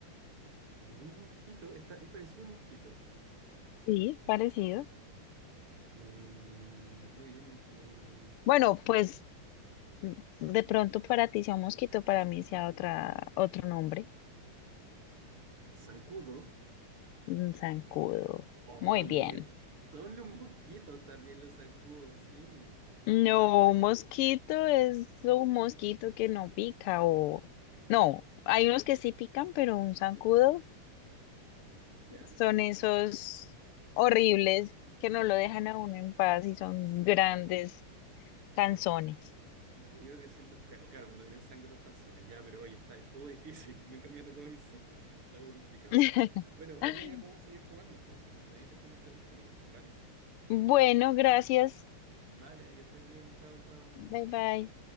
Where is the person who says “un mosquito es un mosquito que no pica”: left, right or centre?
Left